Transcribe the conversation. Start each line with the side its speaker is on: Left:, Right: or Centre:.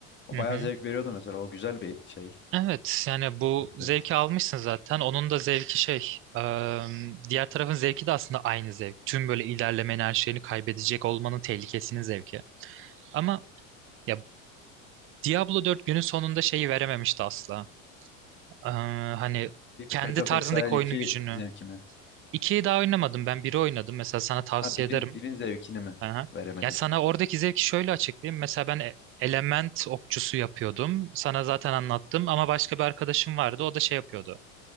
Left: O
Right: hı
Left: bayağı
Right: hı.
Left: zevk veriyordu mesela. O güzel bir şey.
Right: Evet yani bu
Left: Evet.
Right: zevki almışsın zaten. Onun da zevki şey eee, diğer tarafın zevki de aslında aynı zevk. Tüm böyle ilerlemenin her şeyini kaybedecek olmanın tehlikesinin zevki. Ama ya Diablo 4 günün sonunda şeyi verememişti asla. Ee, hani
Left: Bir
Right: kendi
Left: Path of
Right: tarzındaki
Left: Exile
Right: oyunun
Left: 2
Right: gücünü.
Left: zevkimi.
Right: 2'yi daha oynamadım ben biri oynadım. Mesela sana tavsiye
Left: Ha birin,
Right: ederim.
Left: birin zevkini mi
Right: Aha.
Left: veremedi?
Right: Yani sana oradaki zevki şöyle açıklayayım. Mesela ben e- element okçusu yapıyordum. Sana zaten anlattım ama başka bir arkadaşım vardı. O da şey yapıyordu.